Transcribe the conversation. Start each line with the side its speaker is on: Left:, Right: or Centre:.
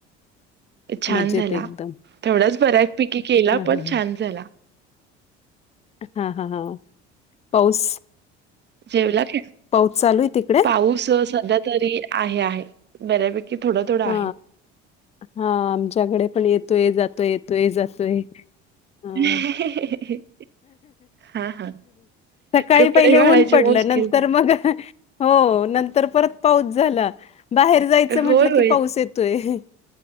Right: छान
Left: मजेत
Right: झाला
Left: एकदम
Right: थोडाच बऱ्या पैकी केला
Left: हा
Right: पण
Left: हा हा
Right: छान झाला.
Left: हां -हां -हां पाऊस?
Right: जेवला की?
Left: पाऊस चालू तिकडे?
Right: पाऊस सध्या तरी आहे -आहे बऱ्यापैकी. थोडा थोडा
Left: हा
Right: आहे
Left: -हा आमच्याकडे पण येतोय जातोय- येतोय जातोय.
Right: <inaudible>
Left: हा
Right: हा हा
Left: सकाळी
Right: कपडे
Left: पहिले
Right: वाळायचे
Left: ऊन पडलं
Right: मुश्किल
Left: नंतर
Right: झाले
Left: मग हो नंतर परत पाऊस झाला बाहेर जायचं म्हटलं
Right: होय होय
Left: की पाऊस येत येतोय.